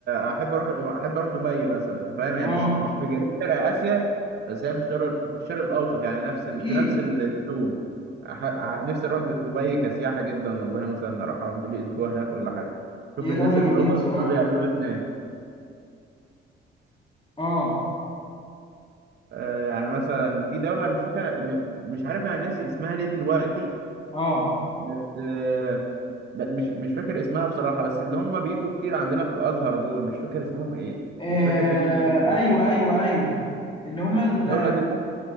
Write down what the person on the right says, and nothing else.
آه، احب اروح الإما- احب اروح دبي مثلا انت فاهم هي
مش مش في جنوب شرق اسيا بس هي في الشرق في الشرق الاوسط يعني نفس ال...
في نفس الزون أح... أح- نفسي اروح د- دبي كسياحه جدا والله مثلا اروح اقضي لي اسبوع هناك ولا حاجه شوف
الناس
البلوجر
دول بيعملوا ايه هناك
آه، يعني مثلا في دولة مش فاكرة م- مش عارف انا ناسي اسمها ليه دلوقتي
بس آه، ب- مش مش فاكر اسمها بصراحة بس اللي هم بيجوا كتير عندنا في الأزهر دول مش فاكر اسمهم إيه
مش فاكر بيجوا من دول إيه
الدولة دي